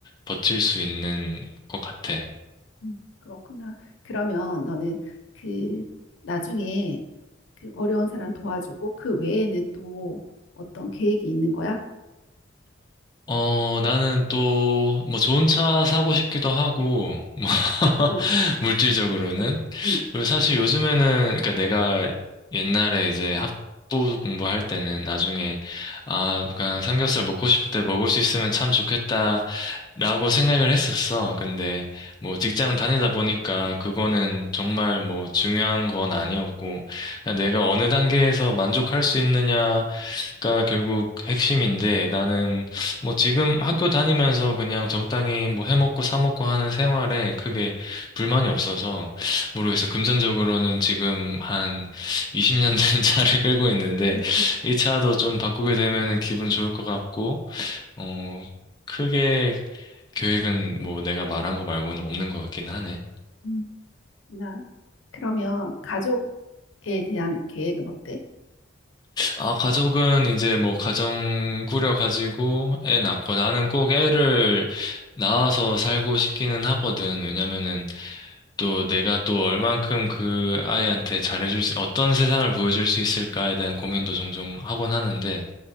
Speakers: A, on the left; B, on the left.
A: 버틸 수 있는 것 같아.
B: 음, 그렇구나. 그러면 너는 그 나중에 그 어려운 사람 도와주고 그 외에는 또 어떤 계획이 있는 거야?
A: 어, 나는 또, 뭐, 좋은 차 사고 싶기도 하고, 뭐, <laughs>
B: 네.
A: 물질적으로는.
B: 음,
A: 그리고 사실 요즘에는, 그러니까 내가 옛날에 이제 학부 공부할 때는 나중에, 아, 그냥 삼겹살 먹고 싶을 때 먹을 수 있으면 참 좋겠다, 라고 생각을 했었어. 근데, 뭐, 직장 다니다 보니까 그거는 정말 뭐, 중요한 건 아니었고, 그냥 내가 어느 단계에서 만족할 수 있느냐, 가 결국 핵심인데 나는 뭐 지금 학교 다니면서 그냥 적당히 뭐 해먹고 사먹고 하는 생활에 크게 불만이 없어서 모르겠어. 금전적으로는 지금 한 20년 된 <laughs> 차를 끌고 있는데
B: 음, 음.
A: 이 차도 좀 바꾸게 되면은 기분 좋을 것 같고 어 크게 계획은 뭐 내가 말한 거 말고는 없는 것 같긴 하네.
B: 음. 나 그러면 가족에 대한 계획은 어때?
A: 아, 가족은 이제 뭐 가정 꾸려가지고 애 낳고 나는 꼭 애를 낳아서 살고 싶기는 하거든. 왜냐면은 또 내가 또 얼만큼 그 아이한테 잘해줄 수, 어떤 세상을 보여줄 수 있을까에 대한 고민도 종종 하곤 하는데